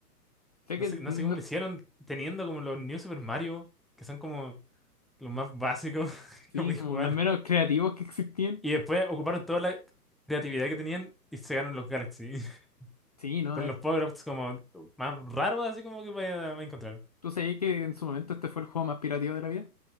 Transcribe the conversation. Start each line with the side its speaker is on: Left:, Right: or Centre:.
Left: Sé
Centre: No
Left: que,
Centre: sé, no sé
Left: no,
Centre: cómo lo hicieron teniendo como los New Super Mario, que son como los más básicos <laughs>
Left: sí,
Centre: que podéis
Left: como
Centre: jugar.
Left: los menos creativos que existían.
Centre: Y después ocuparon toda la creatividad que tenían y se ganaron los Galaxy. <laughs>
Left: Sí, no,
Centre: Con
Left: es-
Centre: los power-ups como más raros, así como que vaya a encontrar.
Left: tú sabías que en su momento este fue el juego más pirativo de la vida,